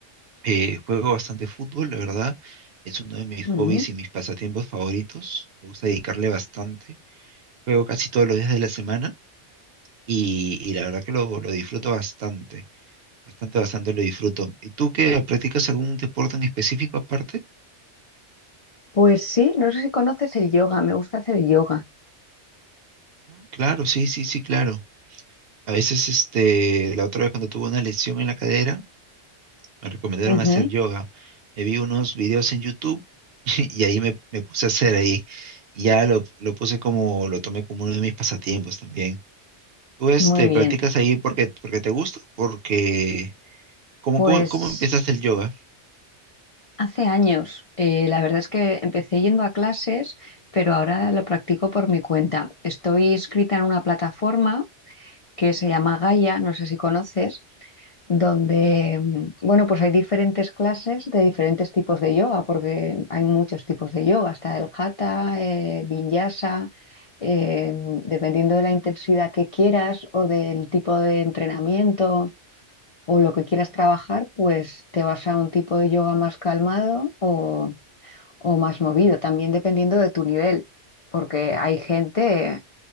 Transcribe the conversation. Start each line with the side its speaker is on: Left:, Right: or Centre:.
Right: Eh, juego bastante fútbol, la verdad. Es uno de mis
Left: Mm.
Right: hobbies y mis pasatiempos favoritos. Me gusta dedicarle bastante. Juego casi todos los días de la semana y, y la verdad que lo, lo disfruto bastante. Bastante, bastante lo disfruto. ¿Y tú qué practicas algún deporte en específico aparte?
Left: Pues sí, no sé si conoces el yoga, me gusta hacer yoga.
Right: Mm, Claro, sí, sí, sí, claro. A veces, este, la otra vez cuando tuve una lesión en la cadera, me recomendaron
Left: Ujú,
Right: hacer yoga. Me vi unos videos en YouTube <laughs> y ahí me, me puse a hacer ahí. Y ya lo, lo puse como, lo tomé como uno de mis pasatiempos también. ¿Tú, este,
Left: muy bien.
Right: practicas ahí porque, porque te gusta? Porque, ¿cómo,
Left: Pues
Right: cómo, cómo empezaste el yoga?
Left: hace años, eh, la verdad es que empecé yendo a clases, pero ahora lo practico por mi cuenta. Estoy inscrita en una plataforma que se llama Gaia, no sé si conoces. donde, mm, bueno, pues hay diferentes clases de diferentes tipos de yoga, porque hay muchos tipos de yoga, está el hatha, eh, vinyasa, eh, dependiendo de la intensidad que quieras o del tipo de entrenamiento o lo que quieras trabajar, pues te vas a un tipo de yoga más calmado o, o más movido, también dependiendo de tu nivel, porque hay gente